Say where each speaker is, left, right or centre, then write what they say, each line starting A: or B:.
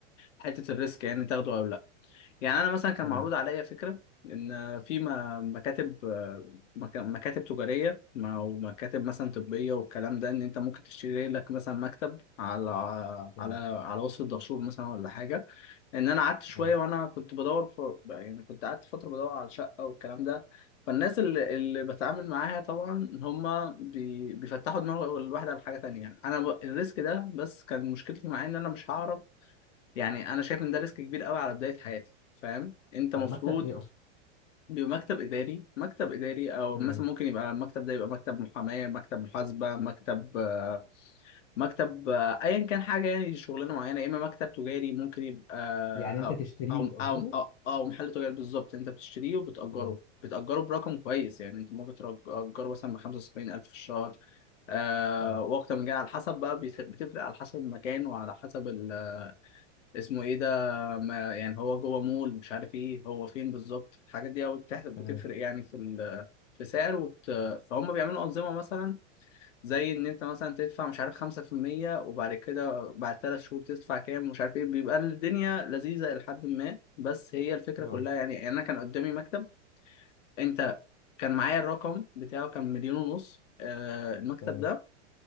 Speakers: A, on the left (about 85°); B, on the left (about 25°).
A: حته الريسك يعني تاخده او لا يعني انا مثلا كان
B: تمام
A: معروض عليا فكره ان في م- مكاتب آه، مك- مكاتب تجاريه او مكاتب مثلا طبيه والكلام ده ان انت ممكن تشتري لك مثلا مكتب على
B: تمام
A: على على وصف الدهشور مثلا ولا حاجه ان انا قعدت شويه
B: اه
A: وانا كنت بدور في يعني كنت قعدت فتره بدور على شقه والكلام ده فالناس اللي, اللي بتعامل معاها طبعا هم بي... بيفتحوا دماغ الواحد على حاجه تانية انا ب... الريسك ده بس كان مشكلتي معاه ان انا مش هعرف يعني انا شايف ان ده ريسك كبير قوي على بدايه حياتي فاهم انت
B: طب
A: مفروض
B: مكتب ايه اصلا
A: بمكتب اداري مكتب اداري او
B: تمام
A: مثلا ممكن يبقى المكتب ده يبقى مكتب محاماه مكتب محاسبه مكتب آه، مكتب آه، ايا كان حاجه يعني شغلانه معينه يا اما مكتب تجاري ممكن يبقى
B: يعني انت
A: او
B: تشتريه وتأجره
A: او او او, أو محل تجاري بالظبط انت بتشتريه وبتاجره
B: اه
A: بتاجره برقم كويس يعني انت ممكن تاجره مثلا ب 75000 في الشهر آه
B: اه
A: واكتر من كده على حسب بقى بيت- بتفرق على حسب المكان وعلى حسب ال اسمه ايه ده ما يعني هو جوه مول مش عارف ايه هو فين بالظبط الحاجات دي قوي بتحسب
B: تمام
A: بتفرق يعني في ال في سعر وبت... فهم بيعملوا أنظمة مثلا زي إن أنت مثلا تدفع مش عارف خمسة في المية وبعد كده بعد تلات شهور تدفع كام ومش عارف إيه بيبقى الدنيا لذيذة لحد ما بس هي الفكرة
B: اه
A: كلها يعني يعني أنا كان قدامي مكتب أنت كان معايا الرقم بتاعه كان مليون ونص آه، المكتب
B: تمام
A: ده